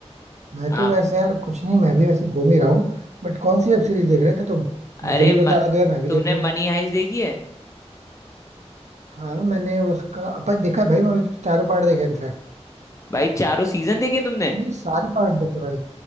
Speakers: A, on the right (about 80°); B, on the left (about 25°).
A: मैं
B: आप
A: तो वैसे यार कुछ नहीं मैं भी वैसे घूम ही रहा हूँ बट कौन सी वेब सीरीज देख रहे थे तुम
B: अरे
A: मुझे भी
B: म,
A: बता दो यार मैं भी
B: तुमने
A: देख लूंगा
B: मनी हाइस्ट देखी है
A: हाँ मैंने उसका भाई देखा है भाई मैंने उसके चारों पार्ट देखे इनफैक्ट
B: भाई चारों सीजन देखे तुमने
A: नहीं सारे पार्ट देखे भाई